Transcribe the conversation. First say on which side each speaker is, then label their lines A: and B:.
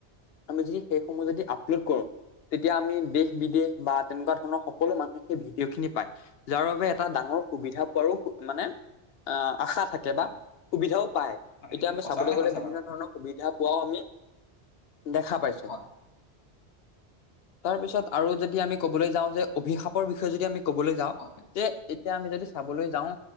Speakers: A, on the left; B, on the left.
A: আমি যদি সেইসমূ্হ যদি আপলোড কৰো তেতিয়া আমি দে বিদেশ বা তেনেকুৱা ধৰণৰ সকলো মানুহে সেই ভিডিঅ' খিনি পায়। যাৰ বাবে এটা ডাঙৰ সুবিধা পোৱাৰো মানে আহ আশা থাকে বা
B: হয়,
A: সুবিধাও পায়।
B: হয়,
A: এতিয়া
B: তুমি
A: আমি
B: সঁচা
A: চাবলৈ
B: কথা
A: গলে
B: কৈছা
A: বিভিন্ন
B: বাৰু।
A: ধৰণৰ সুবিধা পোৱাও আমি দেখা পাইছো।
B: হয়,
A: তাৰ পিছত আৰু যদি আমি কবলৈ যাওঁ যে অভিশাপৰ বিষয়ে যদি আমি ক'বলৈ যাওঁ
B: হয়,
A: তে এতিয়া আমি যদি চাবলৈ যাওঁ